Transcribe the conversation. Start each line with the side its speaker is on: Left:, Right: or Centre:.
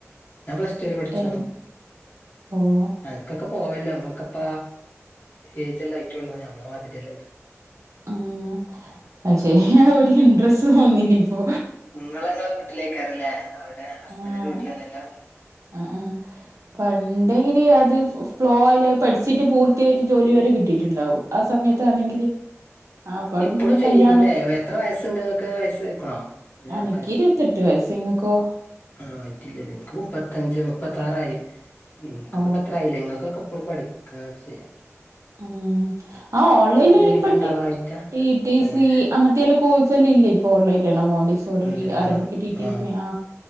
Left: ഞാൻ പ്ലസ് ടു വരെ പഠിച്ചു
Right: ടെൻ ഓഹ്
Left: അനക്കൊക്കെ പോവല്ലോ ഇങ്ങളൊക്കെപ്പ ഏജ്ല്ലാം ആയിട്ടള്ളൂ ഞമ്മളെ മാതിരിയല്ലല്ലോ
Right: ആഹ് പക്ഷെ ഒരു ഇൻട്രസ്റ്റ് തോന്നില്ല ഇപ്പൊ
Left: ഇങ്ങള് നിങ്ങളെ വീട്ടിലേക്കാരല്ലേ അവിടെ ഹസ്ബന്റിന്റെ
Right: ആഹ്
Left: വീട്ടിലല്ലല്ലോ
Right: ആഹ് ഏഹ് പണ്ടെങ്കില് അത് ഫ്ലോ അയില് പഠിച്ചിട്ട് പൂർ ത്തിയായിട്ട് ജോലി വരെ കിട്ടിയിട്ടുണ്ടാവും ആ സമയത്താണെങ്കില് ആപ്പാടും
Left: ഇപ്പഴും
Right: പിന്നെ
Left: ചെയ്തൂടെ
Right: കല്യാണം
Left: എത്ര വയസുണ്ടണ്ട്ങ്ങക്ക് വയസ്സായ്ക്കണോ എല്ലാ
Right: അനക്ക്
Left: ക
Right: ഇരുപത്തെട്ട് വയസ്സ് ഇങ്ങക്കോ
Left: ആഹ് ആയിട്ടില്ലല്ലേ എനിക്ക് മുപ്പത്തഞ്ച് മുപ്പത്താറായി നിങ്ങക്കൊക്കെ
Right: ഓ
Left: പത്രായില്ലെ ഇങ്ങൾക്കൊക്കെ ഇപ്പളും പഠിക്കൊക്കെ ചെയ്യാം
Right: ആഹ് ആ ഓൺലൈൻല്ല
Left: പിന്നെണ്ടാവായിറ്റാ
Right: ഇപ്പട്ട് ടി ടി
Left: ആഹ്
Right: സി അങ്ങനെതേല് കോഴ്സെല്ലേ ഇല്ലെ ഇപ്പോ ഓൺലൈലെന്നെ <unintelligible>
Left: ഇണ്ടല്ലോ
Right: ‌ <unintelligible> അറബിക് ടി ടി
Left: ആഹ്
Right: സി ആ